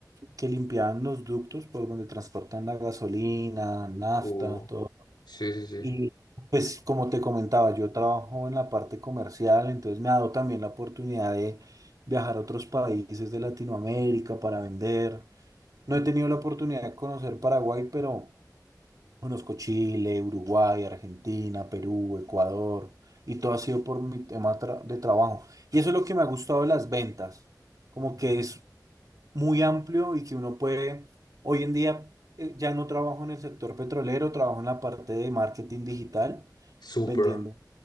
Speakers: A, on the right; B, on the left.
A: que limpiaban los ductos por donde transportan la gasolina, nafta,
B: Uh,
A: todo.
B: sí, sí, sí.
A: Y pues como te comentaba, yo trabajo en la parte comercial, entonces me ha dado también la oportunidad de viajar a otros países de Latinoamérica para vender. No he tenido la oportunidad de conocer Paraguay, pero conozco Chile, Uruguay, Argentina, Perú, Ecuador, y todo ha sido por mi tema tra- de trabajo. Y eso es lo que me ha gustado de las ventas, como que es muy amplio y que uno puede, hoy en día eh, ya no trabajo en el sector petrolero, trabajo en la parte de marketing digital,
B: Súper.
A: vendiendo